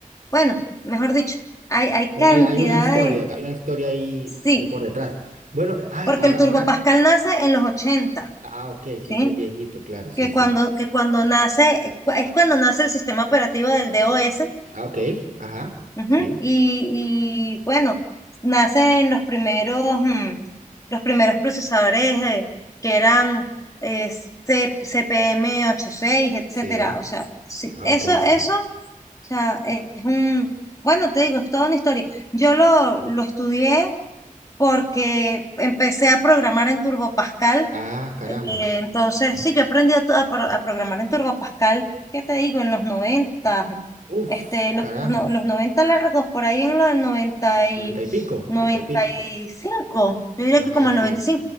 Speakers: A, on the left; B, on the right.
A: bueno, mejor dicho, hay, hay
B: Una,
A: cantidad
B: hay una historia,
A: de,
B: hay una historia ahí
A: sí,
B: de por detrás. Bueno, eh, ah,
A: porque
B: ahora,
A: el Turbo
B: ahora,
A: Pascal nace en los ochenta
B: ah, ok,
A: ¿sí?
B: siempre es viejito, claro, sí,
A: Que
B: sí.
A: cuando, que cuando nace, es cuando nace el sistema operativo del DOS
B: Ah, ok, ajá,
A: Ujú,
B: sí,
A: Y, y, bueno, nacen los primeros, mm, los primeros procesadores eh, que eran eh, C- cpm ochenta y seis etcétera.
B: sí,
A: O sea, sí,
B: ah,
A: eso,
B: ok,
A: eso,
B: sí.
A: o sea, es un, bueno, te digo, es toda una historia. Yo lo, lo estudié porque empecé a programar en Turbo Pascal
B: Ah, caramba.
A: eh, Entonces, sí, yo aprendí a, to- a pro- a programar en Turbo Pascal, ¿qué te digo? En los noventa
B: Uf,
A: este, los,
B: carajo,
A: no- los 90 largos, por ahí en los 90 y
B: noventa y pico,
A: noventa
B: noventa y pico.
A: y cinco yo diría
B: Ajá,
A: que como el
B: sí,
A: noventa